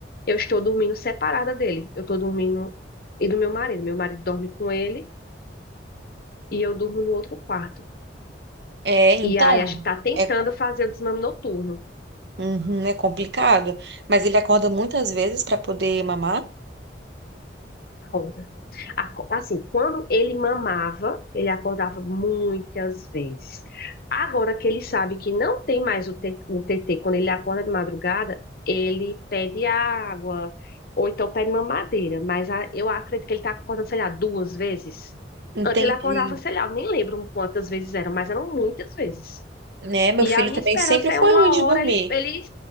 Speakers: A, on the left (about 55°); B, on the right (about 70°).
A: eu estou dormindo separada dele. Eu tô dormindo e do meu marido. Meu marido dorme com ele e eu durmo no outro quarto.
B: É, então,
A: E aí a gente tá tentando
B: é, co-
A: fazer o desmame noturno.
B: Uhum, é complicado, mas ele acorda muitas vezes para poder mamar.
A: Acorda. Aco- Assim, quando ele mamava, ele acordava muitas vezes. Agora que ele sabe que não tem mais o T- o TT, quando ele acorda de madrugada, ele pede água, ou então pede mamadeira. Mas a- eu acredito que ele está acordando, sei lá, duas vezes.
B: Entendi.
A: Antes ele acordava, sei lá, eu nem lembro quantas vezes eram, mas eram muitas vezes.
B: Né? Meu
A: E
B: filho
A: a minha
B: também
A: esperança
B: sempre foi
A: é uma
B: ruim de
A: hora
B: dormir.
A: ele, ele,